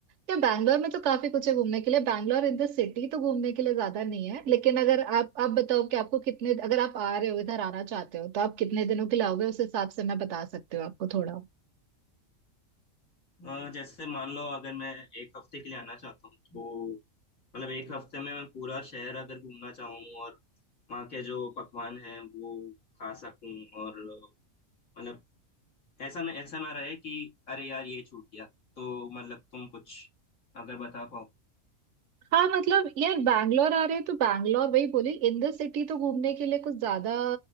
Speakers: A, on the right (about 65°); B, on the left (about 80°).
A: या बैंगलोर में तो काफी कुछ है घूमने के लिए बैंगलोर इन द सिटी तो घूमने के लिए ज्यादा नहीं है लेकिन अगर आप आप बताओ कि आपको कितने अगर आप आ रहे हो इधर आना चाहते हो तो आप कितने दिनों के लिए आओगे उस हिसाब से मैं बता सकती हूँ आपको थोड़ा
B: हूँ। अ, जैसे मान लो अगर मैं एक हफ्ते के लिए आना चाहता हूँ तो मतलब एक हफ्ते में मैं पूरा शहर अगर घूमना चाहूँ और वहाँ के जो पकवान हैं वो खा सकूँ और अ, मतलब ऐसा न, ऐसा ना रहे कि अरे यार ये छूट गया तो मतलब तुम कुछ अगर बता पाओ
A: हाँ मतलब यार बैंगलोर आ रहे हैं तो बैंगलोर वही बोली इन द सिटी तो घूमने के लिए कुछ ज्यादा